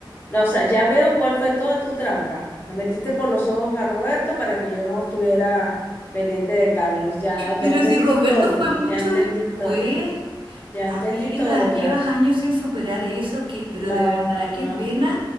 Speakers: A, on the left; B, on the right.
A: No, o sea, ya veo cuál fue toda tu trampa. Me metiste por los ojos a Roberto para que yo no estuviera pendiente de Carlos. Ya, ya
B: Pero
A: entendí
B: si Roberto
A: todo.
B: fue mucho
A: Ya entendí
B: después.
A: todo. Ya
B: Amiga,
A: entendí todo
B: llevas
A: ya.
B: años sin superar eso, que, pero
A: No,
B: de verdad
A: no, no.
B: qué pena